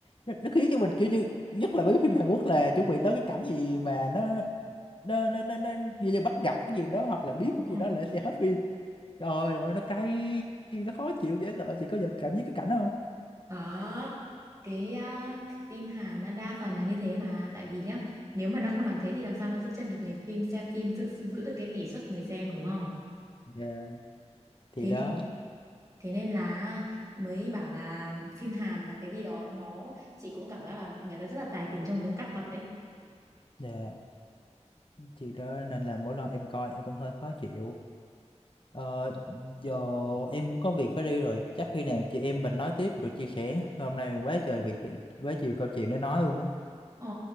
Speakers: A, on the left; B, on the right.
A: nó, nó khiến cho mình kiểu như nhất là mấy cái phim Hàn Quốc là chuẩn bị tới cái cảnh gì mà nó nó nó nó, nó như, như bắt gặp cái gì đó hoặc là biết một cái
B: Ừ.
A: gì đó là sẽ hết phim trời ơi nó cay nó khó chịu dễ sợ chị có giờ cảm giác cái cảnh đó không
B: Có cái, ờ, cái phim Hàn nó đa phần là như thế mà tại vì nhá nếu mà nó không làm thế thì làm sao nó giữ chân được người phim xem phim giữ giữ được cái tỷ suất người xem đúng không
A: dạ thì
B: thế
A: đó
B: nên thế nên là mới bảo là phim Hàn là cái gì đó nó chị cũng cảm giác là người ta rất là tài tình trong việc cắt tập ấy
A: dạ thì đó nên là mỗi lần em coi em cũng hơi khó chịu Ờ, giờ em cũng có việc phải đi rồi chắc khi nào chị em mình nói tiếp rồi chia sẻ hôm nay quá trời việc quá nhiều câu chuyện để nói luôn á
B: Ờ